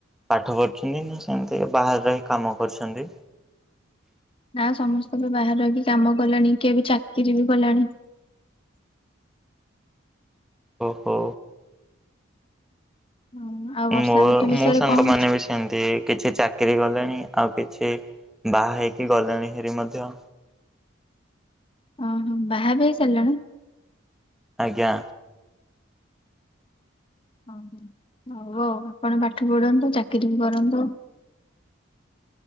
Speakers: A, in the centre; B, on the left (about 25°).
A: ପାଠ ପଢୁଛନ୍ତି ନା ସେମିତି ବାହାରେ ରହି କାମ କରୁଛନ୍ତି?
B: <inaudible> ନା ସମସ୍ତେ ବି ବାହାର କି କାମ କଲାଣି କିଏବେ ଚାକିର ବି କଲାଣି।
A: ଓ ହୋ।
B: ହଁ ଆଉ ବର୍ଷା
A: ମୋ
B: ଋତୁ ବିଷୟରେ
A: ମୋ ସାଙ୍ଗ
B: କଣ
A: ମାନ ବି ସେମିତି କିଛି ଚାକ ଚାକିରି ଗଲେଣି ଆଉ କିଛି ବାହା ହେଇକି ଗଲେଣି ହେରି ମଧ୍ୟ
B: ଓହୋ ବାହା ବି ହେଇ ସାରିଲେଣି?
A: ଆଜ୍ଞା।
B: ଓହୋ ହଉ ଆଉ ଆପଣ ପାଠ ପଢନ୍ତୁ ଚାକିରି ବି କରନ୍ତୁ।